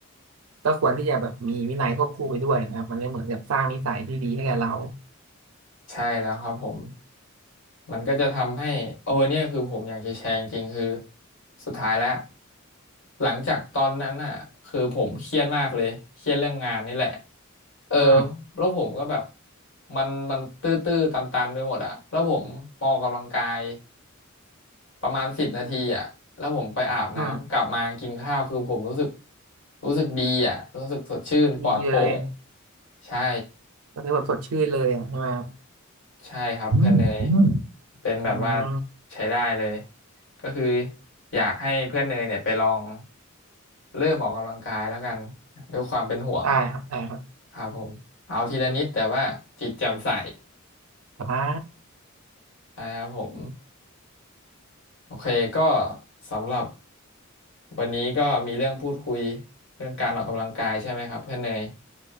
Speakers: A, on the right; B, on the left.
A: ก็ควรที่จะแบบมีวินัยควบคู่ไปด้วยนะครับมันก็เหมือนกับสร้างนิสัยที่ดีให้กับเรา
B: ใช่แล้วครับผม มันก็จะทำให้โอ้เนี่ยคือผมอยากจะแชร์จริงๆคือสุดท้ายแล้วหลังจากตอนนั้นอ่ะคือผมเครียดมากเลยเครียดเรื่องงานนี่แหละเออ
A: อืม
B: แล้วผมก็แบบมันมันตื้อๆตันๆไปหมดอ่ะแล้วผมมาออกกำลังกายประมาณสิบนาทีอ่ะแล้วผมไปอาบน้ำกลับมากินข้าวคือผมรู้สึก
A: อืม
B: รู้สึกดีอ่ะรู้สึกสดชื่นปลอดโปร่ง
A: ดีเลย
B: ใช่
A: ก็คือแบบสดชื่นเลยอะใช่ไหมครับ
B: ใช่ครับเพื่อนเนย
A: อืมอืม
B: เป็นแบบว่า
A: อืม
B: ใช้ได้เลยก็คืออยากให้เพื่อนเนยเนี่ยไปลองเริ่มออกกำลังกายแล้วกันด้วยความเป็นห่วง
A: ได้ครับได้ครับ
B: ครับผมเอาทีละนิดแต่ว่าจิตแจ่มใส
A: อ่า
B: ใช่ครับผมโอเคก็สำหรับวันนี้ก็มีเรื่องพูดคุยเรื่องการออกกำลังกายใช่ไหมครับเพื่อนเนย